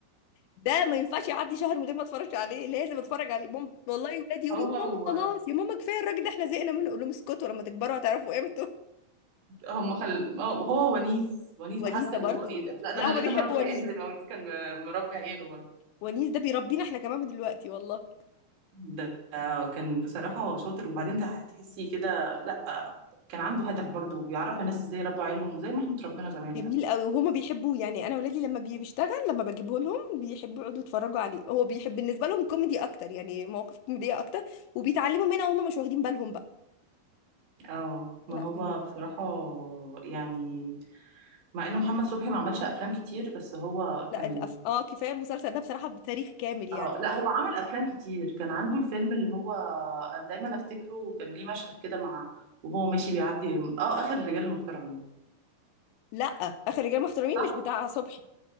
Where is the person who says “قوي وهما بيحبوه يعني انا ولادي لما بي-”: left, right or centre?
Left